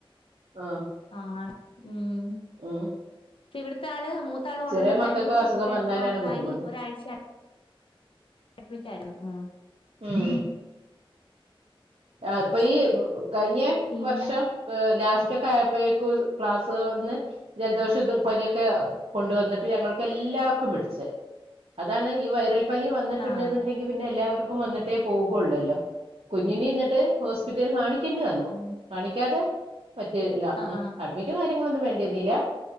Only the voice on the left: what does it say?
ആ ഹ് ആണ് ഉം.
ഇപ്പം ഇവിടത്തെ ആള് മൂത്താള് കൊണ്ടുവന്ന
പനി
ഇപ്പ അടുത്ത
ആൾക്കായി
ഒരാഴ്ച അഡ്മിറ്റായിരുന്നു ഉം.
പിന്നെ
ആഹ്
ഉം
ആഹ് ആഹ്